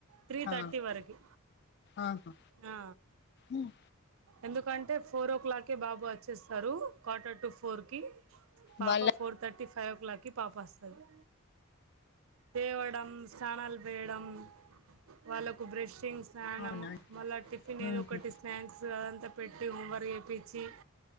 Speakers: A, on the right; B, on the left.
A: త్రీ
B: ఆ,
A: తర్టీ వరకి
B: ఆహా.
A: ఆ
B: ఉమ్,
A: ఎందుకు కంటే ఫోర్ ఓ క్లాకే బాబు వచ్చేస్తారు క్వార్టర్ టు ఫోర్కి పాప
B: వాళ్ళ
A: ఫోర్ థర్టీ ఫైవ్ ఓ క్లాక్కిి పాప వస్తది లేవడం స్నానాలు వేయడం వాళ్ళకు బ్రషింగ్స్ స్నానం
B: అవునా అండి.
A: మళ్ళా టిఫిన్
B: ఉహు.
A: ఏది ఒకటి స్నాక్స్ అ పెట్టి హోంవర్క్ చేపిచి